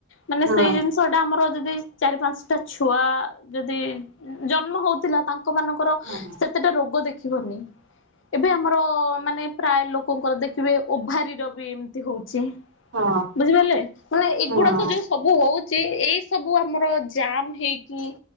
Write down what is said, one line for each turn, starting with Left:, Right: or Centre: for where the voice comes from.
Left: ମାନେ
Right: ହଁ
Left: ସେଇ ଜିନିଷଟା ଆମର ଯଦି ଯ ଚାରି ପାଞ୍ଚଟା ଛୁଆ ଯଦି ଜନ୍ମ ହଉଥିଲା ତାଙ୍କ ଲୋକ ମାନଙ୍କର
Right: ହଁ
Left: ସେତେଟା ରୋଗ ଦେଖ ଦେଖିବନି ଏବେ ଆମର ମାନେ ପ୍ରାୟ ଲୋକଙ୍କର ଦେଖିବେ ଓଭାରିର ବି ଏମିତି ହଉଛି।
Right: ହଁ
Left: ବୁଝିପାରିଲେ ମାନେ ଏଗୁଡାକ
Right: ହଁ।
Left: ଯୋଉ ସବୁ ହଉଛି ଏଇ ସବୁ ଆମର ଜାମ ହେଇକି